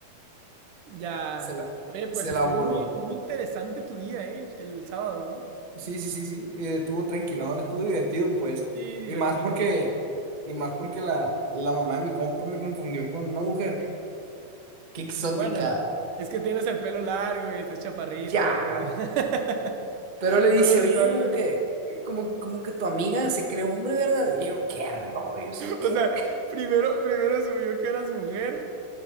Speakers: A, on the right; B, on the right.
A: Ya.
B: se la,
A: Oye, pues
B: se
A: estuvo
B: la voló.
A: muy, muy interesante tu día, ¿eh? El sábado, ¿no?
B: Sí, sí, sí, sí, y estuvo tranquilón, estuvo divertido, pues.
A: Sí, divertido.
B: Y más porque, y más porque la, la mamá de mi compa me confundió con una mujer, qué exótica,
A: Bueno, es que tienes el pelo largo y estás chaparrito,
B: ya.
A: entonces. <laughs>
B: Pero le dice,
A: Todo
B: oye,
A: está
B: yo
A: bien.
B: como que, como, como que tu amiga se cree hombre, ¿verdad? Y yo, qué rollo, eso qué.
A: O sea, primero, primero subió que eras mujer